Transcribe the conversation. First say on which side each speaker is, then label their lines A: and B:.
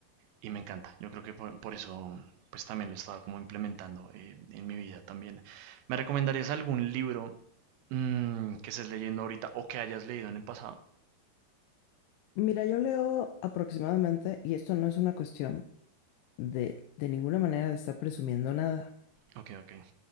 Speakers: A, on the right; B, on the left.
A: y me encanta. Yo creo que por, por eso pues también lo estaba como implementando eh, en mi vida también. ¿Me recomendarías algún libro mm, que estés leyendo ahorita o que hayas leído en el pasado?
B: Mira, yo leo aproximadamente, y esto no es una cuestión de, de ninguna manera de estar presumiendo nada,
A: Ok, ok.